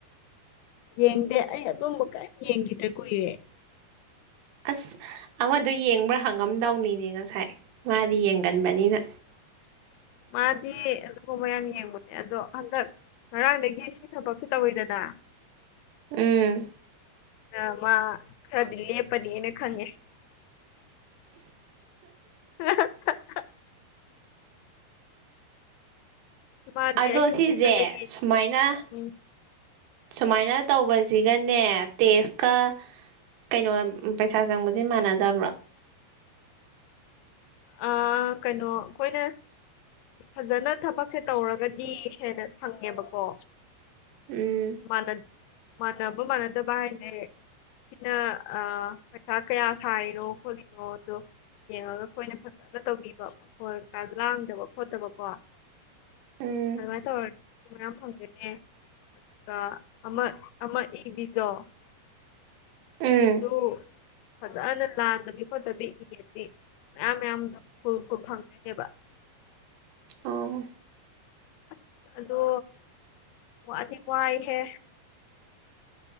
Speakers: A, on the left; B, on the right.
A: ꯌꯦꯡꯗꯦ ꯑꯩ ꯑꯗꯨꯝꯕ ꯀꯩꯝ ꯌꯦꯡꯒꯤꯗ꯭ꯔꯦ ꯀꯨꯏꯔꯦ
B: ꯑꯁ ꯑꯃꯥꯗꯣ ꯌꯦꯡꯕ꯭ꯔꯥ ꯍꯪꯉꯝꯗꯧꯅꯤꯅꯦ ꯉꯁꯥꯏ ꯃꯥꯗꯤ ꯌꯦꯡꯒꯟꯕꯅꯤꯅ
A: ꯃꯥꯗꯤ ꯑꯗꯨꯨꯒꯨꯝꯕ ꯌꯥꯝ ꯌꯦꯡꯕꯅꯦ ꯑꯗꯣ ꯍꯟꯗꯛ ꯉꯔꯥꯡꯗꯒꯤ ꯁꯤ ꯊꯕꯛꯁꯦ ꯇꯧꯋꯤꯗꯅ
B: ꯎꯝ
A: ꯑ ꯃꯥ ꯈꯔꯗꯤ ꯂꯦꯞꯄꯅꯤ ꯑꯩꯅ ꯈꯪꯉꯦ <unintelligible> ꯃꯥꯗꯤ
B: ꯑꯗꯣ
A: ꯑꯍꯤꯡ
B: ꯁꯤꯁꯦ
A: ꯇꯨꯝꯗꯒꯩ
B: ꯁꯨꯃꯥꯏꯅ
A: ꯌꯦꯡꯉꯤ
B: ꯁꯨꯃꯥꯏꯅ ꯇꯧꯕꯖꯤꯒꯅꯦ ꯇꯦꯁꯀ ꯀꯩꯅꯣ ꯄꯩꯁꯥ ꯆꯪꯕꯖꯦ ꯃꯥꯟꯅꯗꯕ꯭ꯔꯣ
A: ꯑꯥ ꯀꯩꯅꯣ ꯈꯣꯏꯅ ꯐꯖꯅ ꯊꯕꯛꯁꯦ ꯇꯧꯔꯒꯗꯤ ꯍꯦꯟꯅ ꯐꯪꯉꯦꯕꯀꯣ
B: ꯎꯝ
A: ꯃꯅꯠ ꯃꯅꯕ ꯃꯅꯥꯗꯕ ꯍꯥꯏꯖꯦ ꯁꯤꯅ ꯑꯥ ꯄꯩꯁꯥ ꯀꯌꯥ ꯁꯥꯔꯤꯅꯣ ꯈꯣꯠꯂꯤꯅꯣ ꯇꯣ ꯌꯦꯡꯉꯒ ꯑꯩꯈꯣꯏꯅ ꯐꯖꯟꯅ ꯇꯧꯕꯤꯕ ꯈꯣꯏ ꯑꯥꯖꯂꯥꯡꯗꯕ ꯈꯣꯠꯇꯕꯀꯣ
B: ꯎꯝ
A: ꯑꯗꯨꯃꯥꯏꯅ ꯇꯧꯔꯠ ꯃꯌꯥꯝ ꯐꯪ ꯒ ꯅꯦ ꯀꯥ ꯑꯃꯠ ꯑꯃꯠ ꯍꯤꯟꯗꯤ ꯖꯣ
B: ꯎꯝ
A: ꯗꯨ ꯐꯖꯟꯅ ꯂꯥꯟꯗꯕꯤ ꯈꯣꯠꯇꯕꯤ ꯏꯔꯗꯤ ꯃꯌꯥꯝ ꯃꯌꯥꯝ ꯐꯡ ꯐꯨꯜ ꯐꯨꯜ ꯐꯪꯗꯣꯏꯅꯦꯕ
B: ꯑꯣ
A: ꯑꯁ ꯑꯗꯣ ꯋꯥꯗꯤ ꯋꯥꯏꯍꯦ